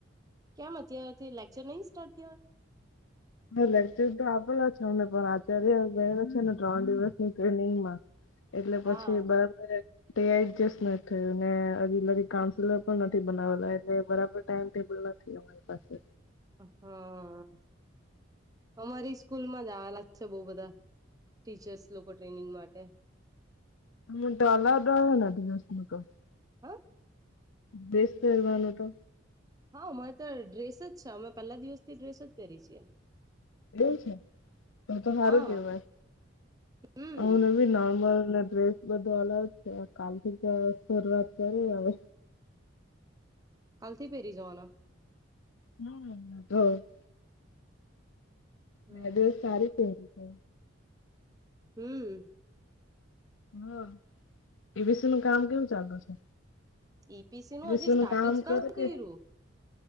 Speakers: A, on the right; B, on the left.
A: કેમ અત્યારેથી લેક્ચર નઈ સ્ટાર્ટ થયા?
B: હન, લેકચર તો આપેલા છે અમને, પણ આચાર્ય ગયેલો છે ને ત્રણ દિવસની ટ્રેનિંગમાં. એટલે પછી
A: હા
B: બરાબર તે આ એડજસ્ટ નથ થયું ને, અજી લગી કાઉન્સેલર પણ નથી બનાવેલા એટલે બરાબર ટાઈમ-ટેબલ નથી અ મારી પાસે.
A: અ હન. અમારી સ્કૂલમાં જ આવેલા છે બઉ બધા ટીચર્સ લોકો ટ્રેનિંગ માટે.
B: મુલ તાલા દાયને ધીયુસ લોકો <unintelligible>
A: હે?
B: દેસ પેરવાનું તો?
A: હા, અમને તો ડ્રેસ જ છે, અમે પહેલા દિવસથી ડ્રેસ જ પહેરી છીએ.
B: એવુ છે, તો તો હારું
A: હા
B: કેવાય.
A: હમ
B: અમ નેબી નોર્મલને ડ્રેસ બધું અલાઉ છે, કાલથી તો શરૂઆત કરી હવે.
A: કાલથી પેરી જાવાના?
B: હમ, તો
A: હમ
B: બે દિવસ સારી પેરી છે.
A: હમ.
B: હન, એવિસીનું કામ કેવુ ચાલતુ છે?
A: એપીસીનું
B: એબીસી
A: હજી સ્ટાર્ટજ
B: નું કામ
A: કાં
B: કરે
A: કર્યું?
B: કે હ